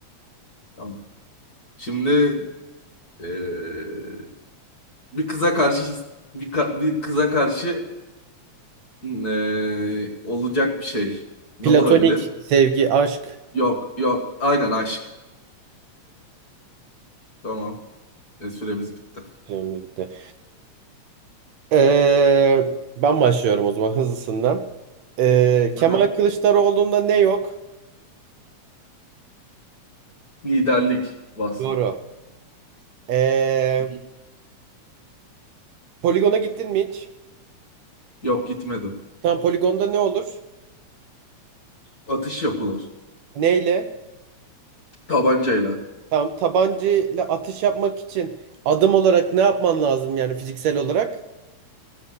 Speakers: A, on the left; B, on the right.
A: <laughs> Tamam. Şimdi eee, bir kıza karşı his- bir, ka- bir kıza karşı eee, olacak bir şey. Ne
B: Platonik.
A: olabilir?
B: Sevgi. Aşk.
A: Yok, yok. Aynen aşk. Tamam. E, süremiz bitti.
B: Süremiz bitti. Ee, ben başlıyorum o zaman hızlısından. Ee, Kemal
A: Aha.
B: Kılıçdaroğlu'nda ne yok?
A: Liderlik vasfı.
B: Doğru. Ee,
A: Hı hı.
B: poligona gittin mi hiç?
A: Yok gitmedim.
B: Tam poligonda ne olur?
A: Atış yapılır.
B: Neyle?
A: Tabancayla.
B: Tam tabancayla atış yapmak için adım olarak ne yapman lazım yani fiziksel olarak?